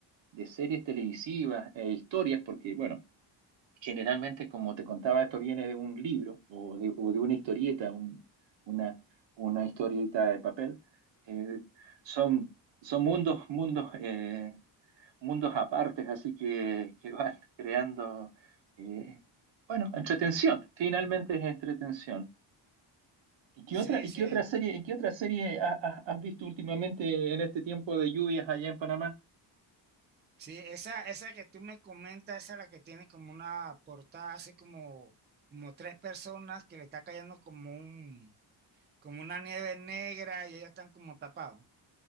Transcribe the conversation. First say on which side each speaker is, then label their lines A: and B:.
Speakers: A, on the right; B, on the right.
A: de series televisivas e historias, porque, bueno, Generalmente, como te contaba, esto viene de un libro o de, o de una historieta, un- una, una historieta de papel. Eh, son, son mundos, mundos, eh, mundos apartes, así que, que van <laughs> creando, eh, bueno, entretención. Finalmente es entretención. ¿Y qué
B: Sí,
A: otra, y
B: sí,
A: qué
B: el...
A: otra serie, y qué otra serie ha- ha- has visto últimamente en este tiempo de lluvias allá en Panamá?
B: Sí, esa, esa que tú me comentas, esa es la que tiene como una portada así como, como tres personas que le está cayendo como un, como una nieve negra y ellos están como tapados.